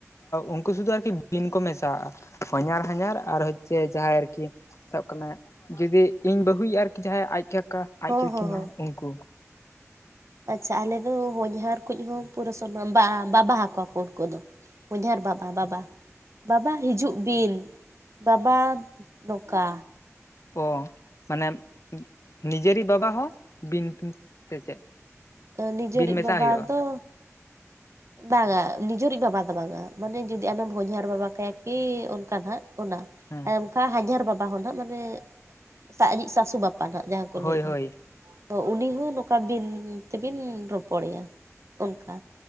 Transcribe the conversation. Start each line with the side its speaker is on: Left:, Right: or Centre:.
Left: ᱩᱱᱠᱩ ᱥᱩᱫᱷᱩ ᱟᱨᱠᱤ ᱵᱤᱱ ᱠᱚ ᱢᱮᱥᱟᱣᱟᱜᱼᱟ ᱦᱚᱧᱟᱨ ᱦᱟᱧᱟᱨ ᱟᱨ ᱦᱚᱪᱷᱮ ᱡᱟᱦᱟᱸᱭ ᱟᱨᱠᱤ ᱥᱟᱵ ᱠᱟᱹᱜ ᱢᱮ ᱡᱩᱫᱤ ᱤᱧ ᱵᱟᱹᱦᱩᱭᱤᱡ ᱟᱨᱠᱤ ᱡᱟᱦᱟᱸ ᱟᱡ ᱠᱟᱠᱟ ᱟᱡ
Right: ᱦᱚᱸ
Left: ᱠᱟᱠᱤᱢᱟ
Right: ᱦᱚᱸ ᱦᱚᱸ
Left: ᱩᱱᱠᱩ
Right: ᱟᱪᱪᱷᱟ ᱟᱞᱮ ᱫᱚ ᱦᱚᱧᱦᱟᱨ ᱠᱚ ᱦᱚᱸ ᱯᱩᱨᱟᱹ ᱥᱚᱱ ᱵᱟ ᱵᱟᱵᱟ ᱟᱠᱚᱣᱟ ᱠᱚ ᱩᱱᱠᱩ ᱫᱚ ᱦᱚᱧᱦᱟᱨ ᱵᱟᱵᱟ ᱵᱟᱵᱟ ᱵᱟᱵᱟ ᱦᱤᱡᱩᱜ ᱵᱤᱱ ᱵᱟᱵᱟ ᱱᱚᱠᱟ
Left: ᱚ ᱢᱟᱱᱮ ᱱᱤᱡᱮᱨᱤᱜ ᱵᱟᱵᱟ ᱦᱚᱸ ᱵᱤᱱ ᱯᱷᱳᱱ ᱥᱮ ᱪᱮᱫ
Right: ᱱᱤᱡᱮᱨᱤᱡ
Left: ᱵᱤᱱ ᱢᱮᱥᱟ
Right: ᱵᱟᱵᱟ
Left: ᱦᱩᱭᱩᱜᱼᱟ
Right: ᱫᱚ ᱵᱟᱝᱟ ᱱᱤᱡᱮᱨᱤᱡ ᱵᱟᱵᱟ ᱫᱚ ᱵᱟᱝᱟ ᱱᱤᱡᱮᱨᱤᱜ ᱵᱟᱵᱟ ᱫᱚ ᱵᱟᱝᱜ-ᱟ ᱢᱟᱱᱮ ᱡᱩᱫᱤ ᱟᱢᱮᱢ ᱦᱚᱧᱦᱟᱨ ᱵᱟᱵᱟ ᱠᱟᱭᱟ ᱠᱤ ᱚᱱᱠᱟ ᱦᱟᱜ ᱚᱱᱟ
Left: ᱦᱮᱸ
Right: ᱚᱝᱠᱟ ᱦᱟᱡᱟᱨ ᱵᱟᱵᱟ ᱦᱚᱸ ᱱᱟᱜ ᱢᱟᱱᱮ ᱟᱹᱤᱡ ᱥᱟᱥᱩ ᱵᱟᱵᱟ ᱱᱟᱜ ᱡᱟᱦᱟᱸ ᱠᱚ
Left: ᱦᱳᱭ
Right: ᱞᱟᱹᱭᱮᱜᱼᱟ
Left: ᱦᱳᱭ
Right: ᱳ ᱩᱱᱤ ᱦᱚᱸ ᱱᱚᱝᱠᱟ ᱵᱤᱱ ᱛᱮᱵᱤᱱ ᱨᱚᱯᱚᱲᱮᱭᱟ ᱚᱱᱠᱟ